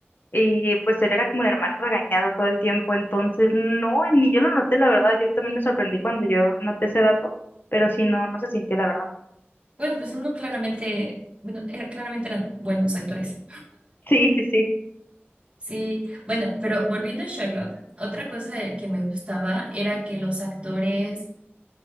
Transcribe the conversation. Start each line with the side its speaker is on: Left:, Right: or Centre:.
Left: y pues él era como el hermano regañado todo el tiempo. Entonces, no, ni yo lo noté, la verdad. Yo también me sorprendí cuando yo noté ese dato, pero sí, no, no se sintió, la verdad.
Right: Bueno, pues uno claramente, bueno, era- claramente eran buenos actores.
Left: Sí, sí, sí.
Right: Sí, bueno, pero volviendo a Sherlock, otra cosa de- que me gustaba era que los actores